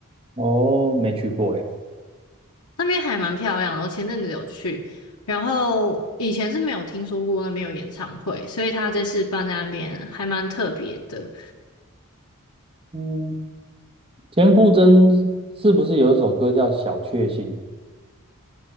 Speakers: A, on the right; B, on the left.
A: 哦，没去过诶。
B: 那边还蛮漂亮的，我前阵子有去，然后以前是没有听说过那边有演唱会，所以他这次办在那边还蛮特别的。
A: 嗯，田馥甄是不是有一首歌叫《小确幸》？